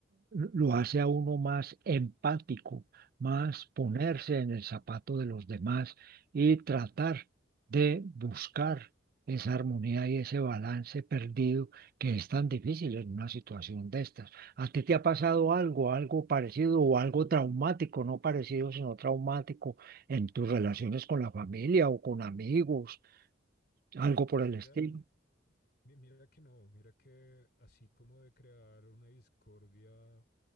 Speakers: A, on the right (about 50°); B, on the left (about 55°).
A: lo hace a uno más empático, más ponerse
B: Sí.
A: en el zapato de los demás y tratar de buscar esa armonía y ese balance perdido que es tan difícil en una situación de estas. ¿A ti te ha pasado algo, algo parecido o algo traumático, no parecido, sino traumático en tus relaciones con la familia o con amigos, algo por el
B: Mira,
A: estilo?
B: mi- mi- mira que no, mira que así como de crear una discordia